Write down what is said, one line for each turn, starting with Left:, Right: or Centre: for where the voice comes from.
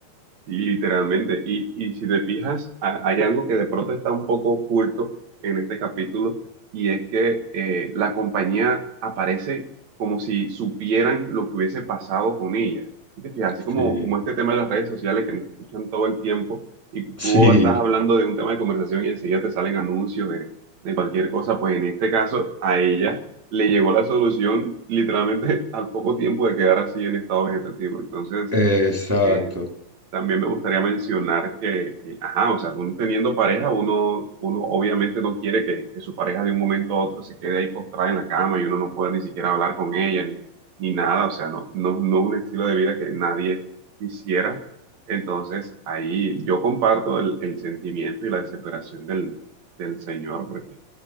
Right: Sí, Literalmente. Y, y si te fijas, ha- hay algo que de pronto está un poco oculto en este capítulo y es que eh, la compañía aparece como si supieran lo que hubiese pasado con ella. Si te fijas, así como,
Centre: Sí,
Right: como este tema de las redes sociales que nos escuchan todo el tiempo y tú
Centre: sí.
Right: estás hablando de un tema de conversación y enseguida te salen anuncios de, de cualquier cosa, pues en este caso a ella le llegó la solución literalmente al poco tiempo de quedar así en estado vegetativo. Entonces...
Centre: Exacto,
Right: eh, también me gustaría mencionar que, que, ajá, o sea, uno teniendo pareja, uno, uno obviamente no quiere que, que su pareja de un momento a otro se quede ahí postrada en la cama y uno no pueda ni siquiera hablar con ella ni, ni nada, o sea, no, no, no es un estilo de vida que nadie quisiera. Entonces, ahí yo comparto el, el sentimiento y la desesperación del, del Señor, porque